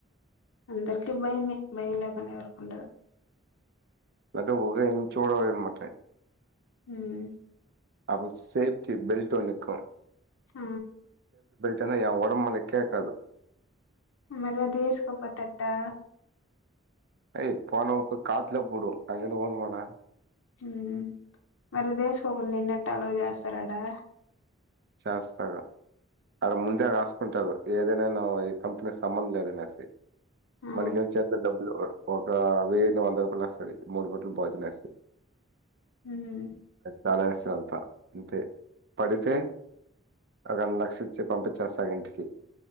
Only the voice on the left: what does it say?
అందరికి భయమే భయం లేకుండా ఎవరు ఉండ
మ్మ్
ఆ
మళ్ళ ఎసుకపోతే ఎట్టా
ఉమ్ మరిది ఏసుకోకుండా <unintelligible> ట్ట ఎందుకు చేస్తారడా
ఆ
ఉమ్